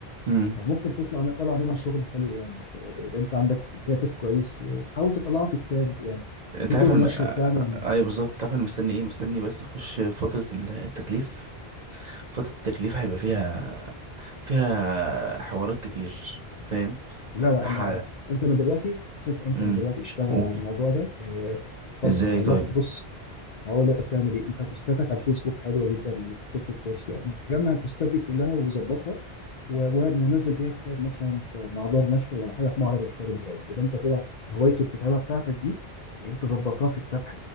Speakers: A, on the right; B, on the left.
A: امم
B: فممكن تطلع من طلع منها شغل حلو يعني يبقى انت عندك كاتب كويس وحاول تطلعه في كتاب يعني
A: انت
B: في دور
A: عارف انا
B: نشر
A: م... آه،
B: تعمل
A: ايوه بالظبط انت عارف انا مستني ايه مستني بس اخش فترة التكليف فترة التكليف هيبقى فيها فيها حوارات كتير فاهم
B: لا لا
A: ح...
B: أنا أنت من دلوقتي ست أنت
A: امم
B: من دلوقتي اشتغل
A: قول
B: على الموضوع ده إيه، طل-
A: ازاي
B: لغ-
A: طيب
B: بص هقول لك تعمل إيه أنت بوستاتك على الفيسبوك حلوة جدا وبتكتب كويس فيها جمع البوستات دي كلها وظبطها و- و- ونزل بيها كتاب مثلا في- مع دار نشر ولا حاجة في معرض الكتاب الجاي يبقى أنت كده هواية الكتابة بتاعتك دي أنت ظبطتها في كتاب